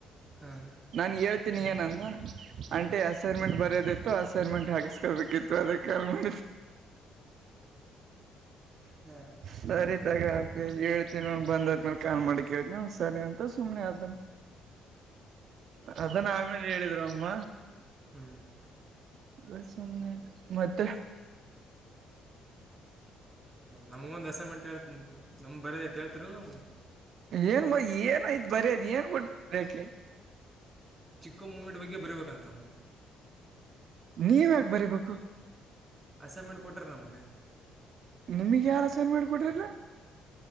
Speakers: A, on the right (about 20°); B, on the right (about 65°).
A: ಹಾಂ
B: ನಾನ್ ಹೇಳ್ತೀನಿ ಏನಂದ ಆಂಟಿ ಅಸೈನ್ಮೆಂಟ್ ಬರಿಯೋದಿತ್ತು ತ್ತು ಅಸೈನ್ಮೆಂಟ್ ಹಗಿಸ್ಕೊಳ್ಬೇಕಿತ್ತು ಅದಕ <unintelligible>
A: ಹಾಂ
B: ಸರಿ ತಗೋ ಹೇಳ್ತನ ಬಂದ ಆದ್ಮೇ ಕಾ <unintelligible> ಸರಿ ಅಂತ ಸುಮ್ಮನೆ ಆದ. ಅದನ್ ಅವಂಗ್ ಹೇಳಿದ್ರು ಅಮ್ಮ.
A: ಹ್ಞೂ
B: <unintelligible> ಮತ್ತೆ.
A: ನಮಗೊಂದ್ ಅಸೈನ್ಮೆಂಟ್ ಹೇಳ್ ನಮ್ಮ ಬರೇ ಅತ್ ಹೇಳ್ತೀರಲ್ಲ ನಮಗ್.
B: ಏನ್ ಏನ್ ಐತಿ ಬರಿಯೋದ್ ಏನ್ ಕೊಟ್ಟ ಬರಿಯಕೆ.
A: ಕೊಮ್ಮಿಡ್ ಬಗ್ಗೆ ಬರಿಬೇಕಂತ.
B: ನೀವ್ ಯಾಕ್ ಬರಿಬೇಕು.
A: ಅಸೈನ್ಮೆಂಟ್ ಕೊಟ್ರ ನಮ್ಗ.
B: ನಿಮಗ್ ಯಾರ್ ಅಸೈನ್ಮೆಂಟ್ ಕೊಟ್ರಲೇ.